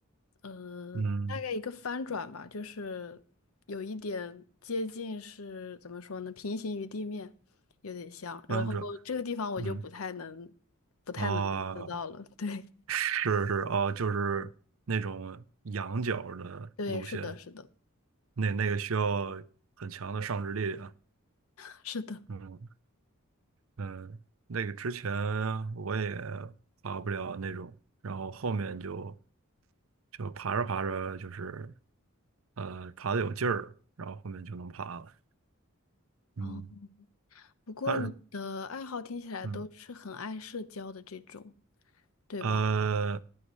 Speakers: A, on the left (about 80°); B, on the right (about 70°).
A: 呃，
B: 嗯，
A: 大概一个翻转吧，就是有一点接近是怎么说呢，平行于地面，有点像。
B: 弯着，
A: 然后这个地方我就不太能，
B: 嗯
A: 不太能做到了。
B: 啊，
A: 对，
B: 是是啊，就是那种仰角的路线，
A: <laughs> 对，是的，是的，
B: 那那个需要很强的上肢力量。
A: <laughs> 是的。
B: 嗯嗯，那个之前我也爬不了那种，然后后面就就爬着爬着就是呃爬的有劲儿了，然后后面就能爬了。嗯，
A: 哦，不过你的爱好听起来都是很爱社交的这种，
B: 但是嗯。
A: 对吧？
B: 呃，